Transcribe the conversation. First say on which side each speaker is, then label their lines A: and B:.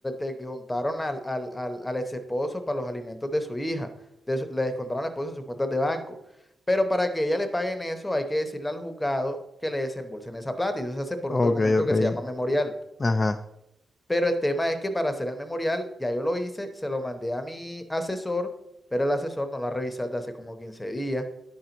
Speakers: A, on the left (about 20°); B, on the left (about 35°).
A: descontaron al, al, al, al ex esposo para los alimentos de su hija. de su- le descontaron al esposo de sus cuentas de banco. Pero para que ella le paguen eso, hay que decirle al juzgado que le desembolsen esa plata. Y eso se hace por
B: Ok,
A: un documento
B: ok.
A: que se llama memorial.
B: Ajá.
A: Pero el tema es que para hacer el memorial, ya yo lo hice, se lo mandé a mi asesor, pero el asesor no lo ha revisado desde hace como 15 días.